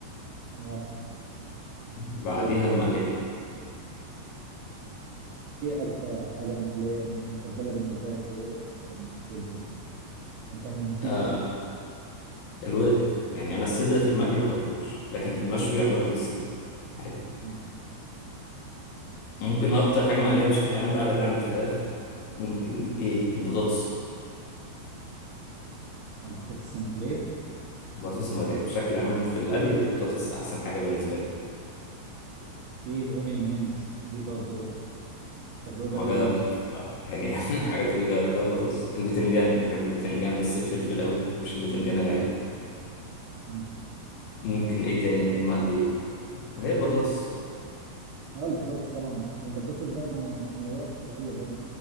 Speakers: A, on the right; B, on the left.
A: أه
B: بعديها
A: وإيه
B: المقلية
A: أكتر حاجة مقلية مفضلة بالنسبة لك الوقت مثلا السد أنت من تيم
B: آه
A: إيه؟
B: الورك يعني أنا الصدر في المقلي
A: مم.
B: ما باكلوش لكن في المشوي أنا باكل الصدر عادي
A: مم.
B: ممكن أكتر حاجة مقلية بشكل عام بقى بعيد عن الفراخ ممكن إيه البطاطس
A: آه، البطاطس المقلية
B: البطاطس مقلية بشكل عام في القلي البطاطس أحسن حاجة بالنسبة لي
A: في الأونيون رينجز دي برضه تجربة
B: ما
A: لذيذة
B: جربتهاش بصراحة يعني <laughs> الحاجات اللي جربتها البطاطس البتنجان أنا بحب البتنجان بس الفلفل أوي ما بحبش البتنجان العادي
A: مم. مم.
B: ممكن إيه تاني يكون مقلي هي البطاطس
A: اه البطاطس طبعا البطاطس بقى متنوعة في القلي برضه